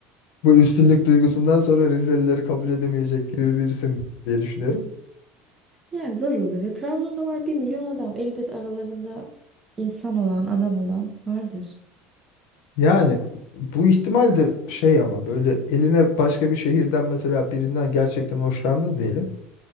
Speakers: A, on the left; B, on the right.
A: Bu üstünlük
B: Ve
A: duygusundan sonra Rizelileri kabul edemeyecek gibi birisin diye düşünüyorum.
B: Yani zor olur. Ya Trabzon'da var bir milyon adam. Elbet aralarında insan olan, adam olan vardır.
A: Yani bu ihtimal de şey ama böyle eline başka bir şehirden mesela birinden gerçekten hoşlandın diyelim.